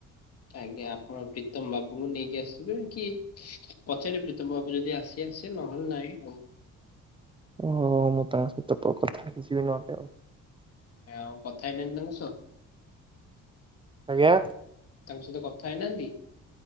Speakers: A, on the left (about 45°); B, on the right (about 15°).
A: ଆଜ୍ଞା ଆପଣ ପ୍ରୀତମ ବାବୁଙ୍କୁ ନେଇକି ଆସିବେ କି ପଛରେ ପ୍ରୀତମ ବାବୁ ଯଦି ଆସି କେ ଆସିଏ ନହେଲେ ନାଇଁ ଆଉ।
B: ଓହୋ ମୁଁ ତାଙ୍କ ସହିତ ପ୍ର କଥା ହେଇକି ଯିବି ନହେଲେ ଆଉ।
A: ଆଉ କଥା ହେଇନାହାନ୍ତି ତାଙ୍କ ସହ?
B: ଆଜ୍ଞା?
A: ତାଙ୍କ ସହିତ କଥା ହେଇନାହାନ୍ତି?